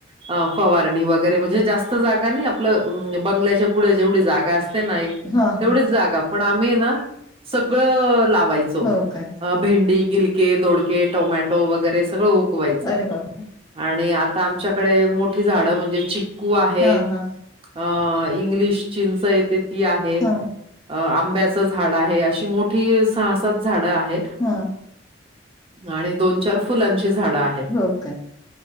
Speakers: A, on the right (about 30°); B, on the left (about 20°).
A: अ फवारणी वगैरे म्हणजे जास्त जागा नाही आपलं बंगल्याच्या पुढे जेवढी जागा असते ना एक
B: ह
A: तेवढीच
B: ह
A: जागा पण आम्ही ना सगळं लावायचो.
B: हो काय
A: भेंडी गिलके दोडके टोमॅटो वगैरे सगळं उगवायचं.
B: अरे बाप
A: आणि आता आमच्याकडे मोठी झाडं म्हणजे चिक्कू आहे.
B: हा हा
A: अ इंग्लिश चिंच येते ती आहे.
B: ह
A: अ आंब्याचं झाड आहे. अशी मोठी सहा-सात झाडं आहे.
B: ह
A: आणि दोन-चार फुलांची झाडं आहे.
B: हो का.